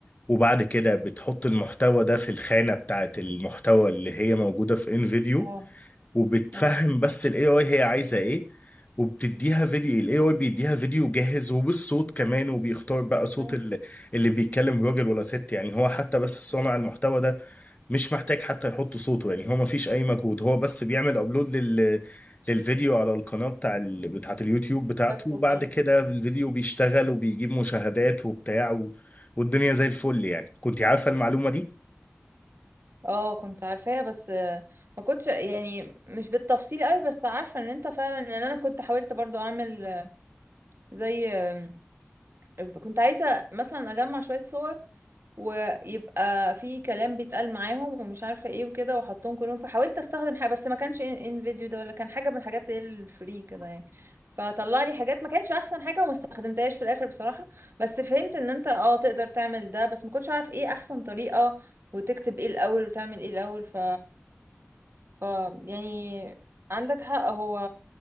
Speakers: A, on the left (about 35°); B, on the right (about 65°).
A: وبعد كده بتحط المحتوى ده في الخانة بتاعت المحتوى اللي هي موجودة في انفيديو
B: اه
A: وبتفهم
B: اه
A: بس الاي اي هي عايزه ايه وبتديها فيديو الاي اي بيديها فيديو جاهز وبالصوت كمان وبيختار بقى صوت
B: مم.
A: اللي, اللي بيتكلم راجل ولا ست يعني هو حتى بس صانع المحتوى ده مش محتاج حتى يحط صوته يعني هو ما فيش اي مجهود هو بس بيعمل ابلود لل للفيديو على القناة بتاع ال... بتاعت اليوتيوب بتاعته
B: بس
A: وبعد
B: وكده
A: كده الفيديو بيشتغل وبيجيب مشاهدات وبتاع و... والدنيا زي الفل يعني كنت عارفة المعلومة دي
B: اه كنت عارفاها بس آه، ما كنتش يعني مش بالتفصيل قوي بس عارفه ان انت فعلا ان انا كنت حاولت برضو اعمل آه، زي آه، كنت عايزه مثلا اجمع شويه صور ويبقى في كلام بيتقال معاهم ومش عارفه ايه وكده واحطهم كلهم فحاولت استخدم حاجه بس ما كانش ان إن فيديو ده ولا كان حاجه من الحاجات اللي هي الفري كده يعني فطلع لي حاجات ما كانتش احسن حاجه وما استخدمتهاش في الاخر بصراحه بس فهمت ان انت اه تقدر تعمل ده بس ما كنتش عارف ايه احسن طريقه وتكتب ايه الاول وتعمل ايه الاول ف ف يعني عندك حق هو